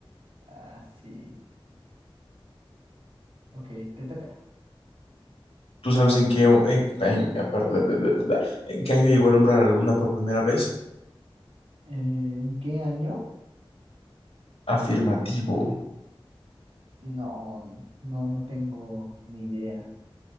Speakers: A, on the right; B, on the left.
A: Ah, sí, ok, te toca.
B: ¿Tú sabes en qué, o- en- en- ah, perdón, en qué año llegó el hombre a la luna por primera vez?
A: ¿En qué año?
B: Afirmativo.
A: No, no, no tengo ni idea.